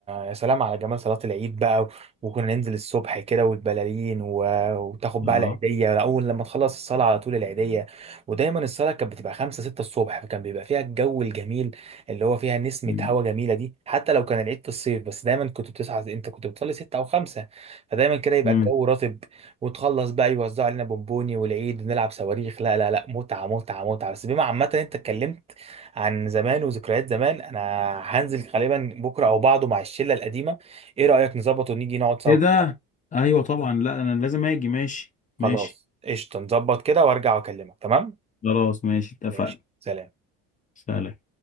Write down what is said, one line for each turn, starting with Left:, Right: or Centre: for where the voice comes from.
Right: يا سلام على جمال صلاة العيد بقى و- وكنا ننزل الصبح كده والبلالين و... وتاخد بقى
Left: اه
Right: العيدية أول لما تخلص الصلاة على طول العيدية ودايما الصلاة كانت بتبقى خمسة ستة الصبح فكان بيبقى فيها الجو الجميل اللي هو فيها نسمة
Left: مم.
Right: هوا جميلة دي حتى لو كان العيد في الصيف بس دايما كنت بتصحى أنت كنت بتصلي ستة أو خمسة فدايما كده يبقى
Left: مم.
Right: الجو رطب وتخلص بقى يوزعوا علينا بونبوني والعيد ونلعب صواريخ لا لا لا متعة متعة متعة بس بما عامة أنت اتكلمت عن زمان وذكريات زمان انا هنزل غالبا بكره او بعده مع الشله القديمه ايه رايك نظبط ونيجي نقعد سوا
Left: ايه ده ايوه طبعا لا انا لازم اجي ماشي
Right: خلاص
Left: ماشي
Right: قشطه نظبط كده وارجع واكلمك تمام
Left: خلاص ماشي اتفقنا
Right: ماشي سلام
Left: سلام